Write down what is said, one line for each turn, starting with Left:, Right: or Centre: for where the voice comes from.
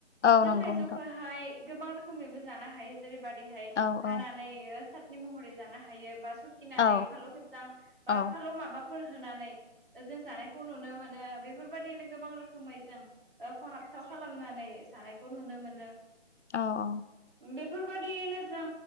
Left: औ
Right: जों
Left: नंगौ
Right: थाइजौखौहाय
Left: नोंथां
Right: गोबां रोखोमैबो जानो हायो जेरैबादैहाय
Left: औ
Right: हानानै
Left: औ
Right: सातनि महरै जानो हायो बा सुखिनानै
Left: औ
Right: फालौ खेबजां बा
Left: औ
Right: फालौ माबाफोर होनानै जों जानायखौ नुनो मोनो बेफोरबायदिनो गोबां रोखोमै जों ओ खहाबथाव खालामनानै जानायखौ नुनो मोनो
Left: औ औ
Right: बेफोरबायदियैनो जों